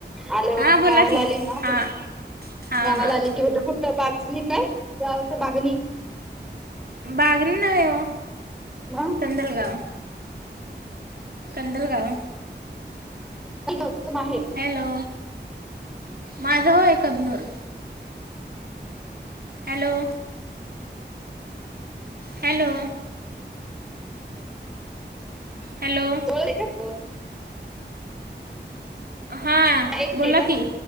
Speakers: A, in the centre; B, on the right.
A: आल्यावर
B: हां बोला
A: गावाला
B: की
A: आली ना.
B: हां हां
A: गावाला
B: हां
A: आली की भेटू कुठ बाचणी काय बागणी.
B: बागनी नाही ओ
A: हा
B: कंदलगाव. कंदलगाव.
A: <unintelligible> तुझ माहेर.
B: हॅलो माझ होय कबनूर. हॅलो. हॅलो. हॅलो
A: जवळ आहे का
B: हां.
A: एक
B: बोला
A: मिनिट हां.
B: की